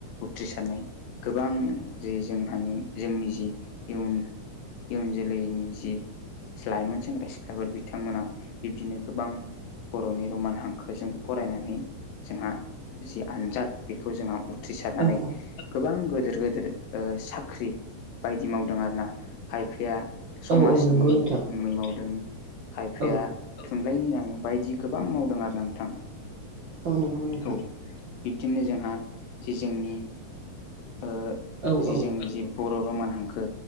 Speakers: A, on the left; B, on the right.
A: उथ्रिसारनाय गोबां जे जोंहानि जोंनि जि इयुन इयुन जोलैनि जि लाइमोन सेंग्रा सिख्लाफोर बिथांमोना बिब्दिनो गोबां बर'नि रमान हांखोजों फरायनानै जोंहा जि आनजाद बेखौ जोंहा उथ्रिसारनानै
B: औ
A: गोबां गोदिर गोदिर ओ साख्रि बायदि मावदों आरोना खायफाया समाजनि
B: औ औ नंगौ नोंथां
A: मै मावदों खायफाया
B: औ
A: थुनलाइनि नाम बायदि गोबां मावदों आरो नोंथां।
B: औ नोंगौ नोंथां।
A: औ बिब्दिनो जोंहा जे जोंनि ओ
B: औ
A: जि
B: औ
A: जोंनि जि बर' रमान हांखो